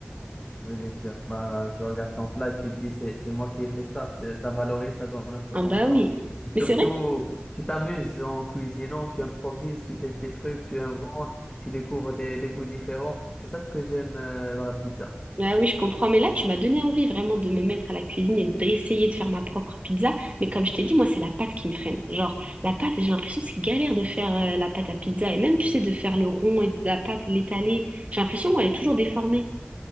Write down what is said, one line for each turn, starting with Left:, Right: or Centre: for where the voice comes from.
Left: Oui, bien sûr. Bah, tu regardes ton plat, tu te dis, c'est, c'est moi qui ai fait ça. C'est- Ça valorise, ça donne un peu
Right: Ah
Left: confiance.
Right: bah oui. Mais
Left: Surtout,
Right: c'est vrai que...
Left: tu t'amuses en cuisinant, tu improvises, tu testes des trucs, tu inventes, tu découvres des, des goûts différents. C'est ça ce que j'aime euh, dans la pizza.
Right: Ah oui, je comprends. Mais là, tu m'as donné envie vraiment de me mettre à la cuisine et d'essayer de faire ma propre pizza. Mais comme je t'ai dit, moi, c'est la pâte qui me freine. Genre, la pâte, j'ai l'impression que c'est galère de faire euh, la pâte à pizza. Et même, tu sais, de faire le rond et de la pâte et l'étaler. J'ai l'impression, moi, elle est toujours déformée.